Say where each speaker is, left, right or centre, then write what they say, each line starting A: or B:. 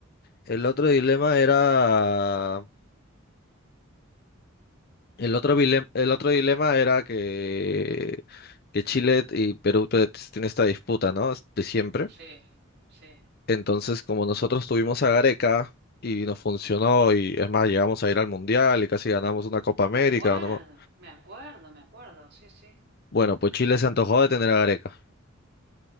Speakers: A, on the left; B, on the right.
A: el otro dilema era... El otro dilema, el otro dilema era que, que Chile y Perú pues, tienen esta disputa, ¿no? De siempre.
B: sí, sí.
A: Entonces, como nosotros tuvimos a Gareca y nos funcionó, y es más, llegamos a ir al Mundial y casi ganamos una Copa América,
B: Me acuerdo,
A: ¿no?
B: me acuerdo, me acuerdo, sí, sí.
A: Bueno, pues Chile se antojó de tener a Gareca.